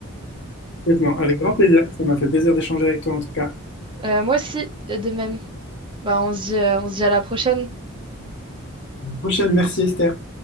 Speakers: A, on the left; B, on the right.
A: Complètement. Avec grand plaisir. Ça m'a fait plaisir d'échanger avec toi en tout cas.
B: Euh, moi aussi, de même. Bah, on se dit, euh, on se dit à la prochaine.
A: À la prochaine. Merci Esther.